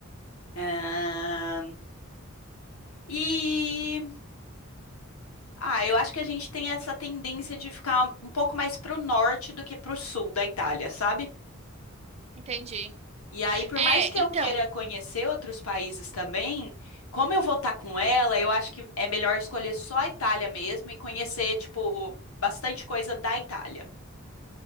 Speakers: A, on the left (about 85°); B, on the right (about 30°).
A: Ahn, e ah, eu acho que a gente tem essa tendência de ficar um pouco mais pro norte do que pro sul da Itália, sabe?
B: entendi.
A: E aí, por
B: É,
A: mais que eu
B: então.
A: queira conhecer outros países também, como eu vou estar com ela, eu acho que é melhor escolher só a Itália mesmo e conhecer, tipo, bastante coisa da Itália.